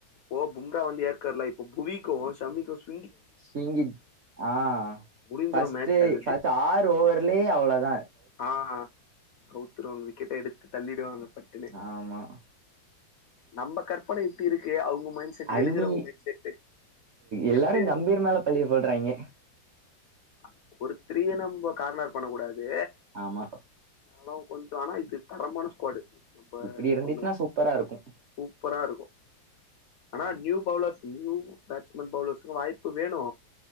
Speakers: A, on the left; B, on the right.
A: ப்போ புங்கா வந்து ஏற்கர்ல இப்ப புவிக்கு சமிக்கு சு
B: ஸ்விங்கிங் ஆ
A: முடிஞ்சிரு
B: ஃபஸ்ட்டு
A: மேட்ச் அதுலயே
B: ஃபஸ்ட்டு ஆறு ஓவர்லே அவ்ளதா
A: ஆ கவுத்துருவாங்க விக்கெட்ட எடுத்து தள்ளிடுவாங்க பட்டுன்னு
B: ஆமா
A: நம்ம கற்பன இப்டி இருக்கு அவுங் மைண்ட செட்டு
B: அவிங்கி
A: எடுக்கறவங்க மைண்ட செட்டு
B: எல்லாரு
A: எப்டி இருக்குமோ
B: கம்பீர் மேல
A: தெர்ல
B: பழிய போடுறாய்ங்க
A: அ ஒருத்தரையே நம்ம கார்னர் பண்ண கூடாது
B: ஆமா
A: ஆனா கொஞ்சோ ஆனா இது தரமான ஸ்க்குவாடு அப்ப
B: இப்டி இருந்துச்சுன்னா
A: சொல்லுங்
B: சூப்பரா இருக்கு
A: சூப்பரா இருக்கு ஆனா
B: ஆமா
A: நியூ பௌவுலர்ஸ் நியூ பேட்ஸ்மேன் பௌவுலர்ஸ்க்கு வாய்ப்பு வேணு